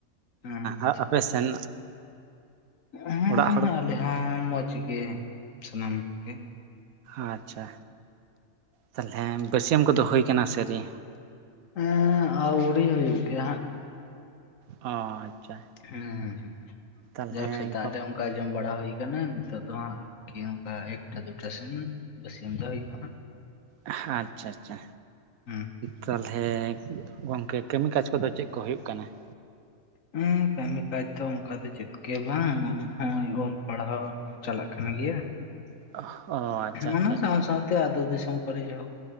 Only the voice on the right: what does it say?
ᱟ ᱟᱯᱮ ᱥᱮᱱ
ᱚᱲᱟᱜ ᱦᱚᱲ
ᱟᱪᱪᱷᱟ ᱛᱟᱦᱚᱞᱮ ᱵᱟᱹᱥᱭᱟᱹᱢ ᱠᱚᱫᱚ ᱦᱩᱭ ᱠᱟᱱᱟ ᱥᱟᱹᱨᱤ?
ᱚᱸ ᱟᱪᱪᱷᱟ᱾
ᱛᱟᱦᱚᱞᱮ
ᱠᱚ
ᱟᱪᱪᱷᱟ - ᱟᱪᱪᱷᱟ
ᱛᱟᱦᱚᱞᱮ ᱜᱚᱝᱠᱮ ᱠᱟᱹᱢᱤ ᱠᱟᱡᱽ ᱠᱚᱼᱫᱚ ᱪᱮᱫ ᱠᱚ ᱦᱩᱭᱩᱜ ᱠᱟᱱᱟ ᱾
<unintelligible>
ᱟᱪᱪᱷᱟ